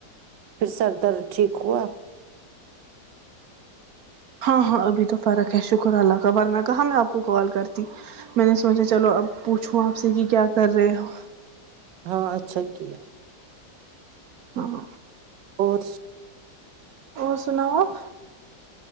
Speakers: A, on the right; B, on the right.
A: پھر سر درد ٹھیک ہوا
B: ہاں ہاں ابھی تو فرق ہے شکر اللہ کا ورنہ کہااں میں آپ کو کال کرتی میں نے سوچا چلو اب پوچھوں آپ سے کہ کیا کر رہے ہو
A: ہاں اچھا کیا
B: ہاں
A: اور
B: اور سناؤ آپ